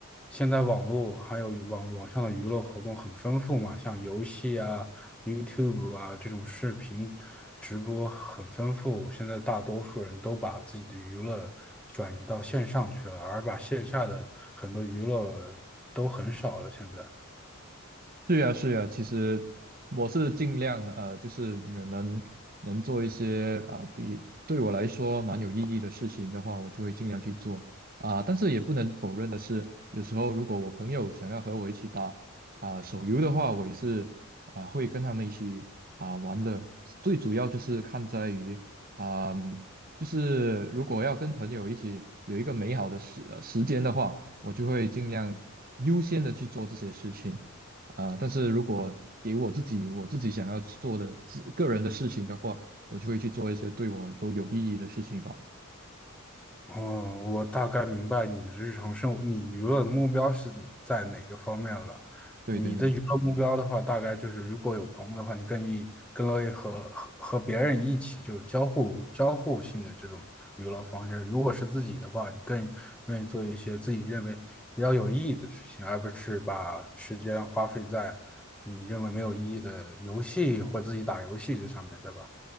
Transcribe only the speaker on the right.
是呀，是呀，其实我是尽量呃，就是能能做一些啊、比对我来说蛮有意义的事情的话，我就会尽量去做啊、但是也不能否认的是，有时候如果我朋友想要和我一起打啊、手游的话，我也是啊、会跟他们一起啊、玩的。最主要就是看在于啊、嗯就是如果要跟朋友一起有一个美好的时呃时间的话，我就会尽量优先的去做这些事情。啊、但是如果给我自己我自己想要做的自个人的事情的话，我就会去做一些对我都有意义的事情吧。
对对对